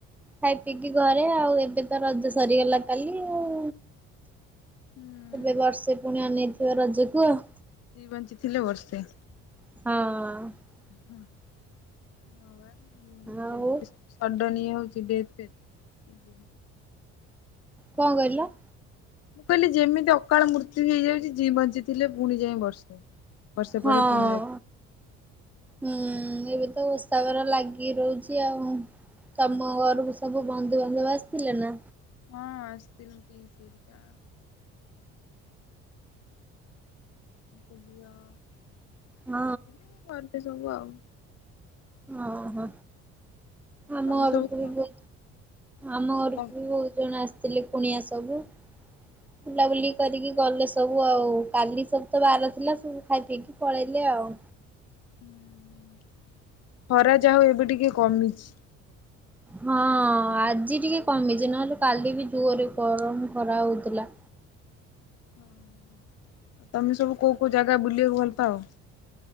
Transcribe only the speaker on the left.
ହୁଁ
ବଞ୍ଚିଥିଲେ ବର୍ଷେ
ହ ପା
ଯେମିତି ସଡନ ଇଏ ହଉଛି ଡେଥ ଫେଥ।
ମୁ କହିଲି ଯେମିତି ଅକାଳ ମୃତ୍ୟୁ ହେଇଯାଉଛି ଜି ବଞ୍ଚିଥିଲେ ପୁଣି ଯାଇ ବର୍ଷେ ବର୍ଷେ
ପରେ ପୁଣି ବା
ମାଁ ଆସିଥିଲେ ପିଇସି ହେରିକା। <unintelligible>
ଆସିଥିଲେ ଗଲେ ସବୁ ଆଉ।
ତମେ
ସବୁ କଣ
କଣ
ଉଁ ହୁଁ ଖରା ଯଉ ଏବେ ଟିକେ କମିଛି।
ହ ତମେ ସବୁ କୋଉ କୋଉ ଜାଗା ବୁଲିବାକୁ ଭଲ ପାଅ?